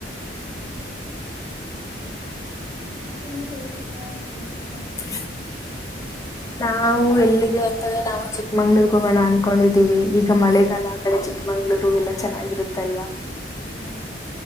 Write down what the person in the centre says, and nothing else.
ಮತ್ತೆ ನೀವೆಲ್ಲಿ ಪ್ರವಾಸ ಹೋಗಬೇಕು
ಹಾ